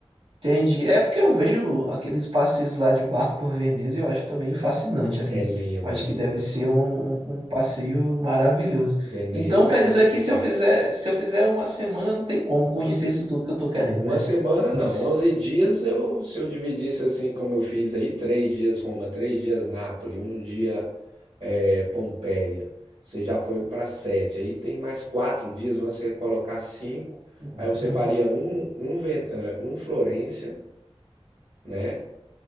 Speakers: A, on the right (about 60°); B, on the right (about 75°).
A: Entendi. É porque eu vejo aqueles passeios lá de barco por Veneza e eu acho também fascinante ali.
B: É lindo
A: Eu acho
B: ali,
A: que deve
B: viu?
A: ser um, um um passeio maravilhoso.
B: Veneza
A: Então quer
B: é muito
A: dizer que
B: linda.
A: se eu fizer, se eu fizer uma semana, não tem como conhecer isso tudo que eu tô querendo,
B: Uma
A: né?
B: semana não,
A: Esse-
B: 11 dias eu, se eu dividisse assim como eu fiz aí, três dias Roma, três dias Nápoles, um dia é, Pompeia. Você já foi para sete. Aí tem mais quatro dias, vão você colocar cinco.
A: Uhum.
B: Aí você faria um, um, Ven- eh, um Florência, né?